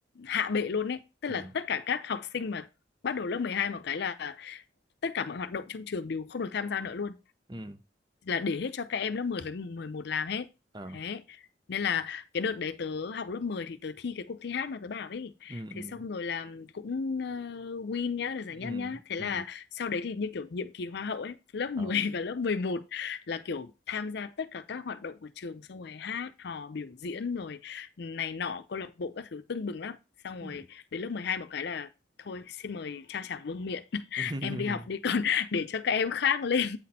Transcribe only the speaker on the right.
ừ
ừ
ờ
ừ ừ
ừ
ừ
ờ
ừ.
<laughs>